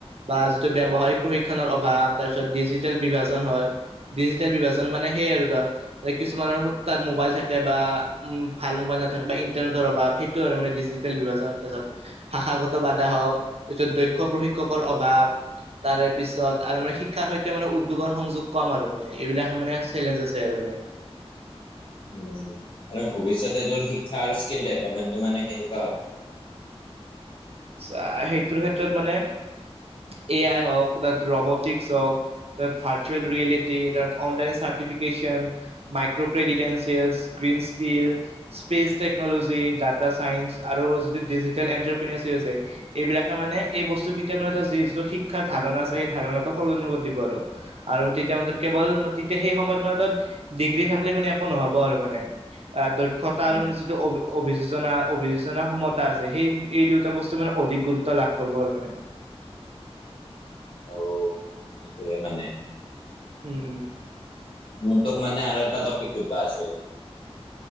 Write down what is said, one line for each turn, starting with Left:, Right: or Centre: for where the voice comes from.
Right: বা যিটো ব্যবহায়-
Left: অ',
Right: প্ৰশিক্ষণৰ অভাৱ তাৰ পিছত ডিজিটেল বিভাজন হয়। ডিজিটেল বিভাজন মানে সেই আৰু ধৰ, কিছুমানৰ তাত মোবাইল থা- কে বা উম, ভাল মোবাইল নাথাকে বা ইন্টাৰনেটৰ অভাৱ সেইটো আৰু মানে ডিজিটেল বিভাজন। তাৰপিছত- ভাষাগত বাধা হওক, তাৰপিছত দক্ষ প্ৰশিক্ষকৰ অভাৱ- তাৰে পিছত আৰু মানে শিক্ষাৰ সৈতে মানে উদ্যোগৰ সংযোগ কম আৰু মানে, এইবিলাক মানে চেলেঞ্জ আছে আৰু মানে।
Left: উম উম' আৰু ভৱিষ্যতে তোৰ শিক্ষা আৰু স্কিল ডেভলপমেণ্টটো মানে কেনেকুৱা হ'ব?
Right: চা, সেইটোৰ ক্ষেত্ৰত মানে এ আই হওক বা ৰবটিকচ হওক- তাত ভাাৰচুৱেল ৰিয়েলিটি তাত online certification- micro credentials, green skill- space technology data science আৰু যিটো ডিজিটেল এণ্টাৰপ্ৰিনেছে আছে- এইবিলাকে মানে এই বস্তুকেইটা মানে যিটো শিক্ষাৰ ধাৰণা আছে, সেই ধাৰণাটো সলনি কৰি দিব আৰু। আৰু তেতিয়া মানে কেৱল তেতিয়া সেই সময়ত মানে তৰ ডিগ্ৰী থাকিলে মানে একো নহব আৰু মানে। আ দক্ষতাৰ
Left: উম।
Right: মানে যিটো অ অভিযোজনা, অভিযোজনা সমতা আছে সেই এই দু- টা বস্তু মানে অধিক গুৰুত্ব লাভ কৰিব আৰু মানে।
Left: অও' সেইটোৱে মানে।
Right: উম উম'
Left: মোৰ তোক মানে আৰু এটা টপিক সুধবা আছিল।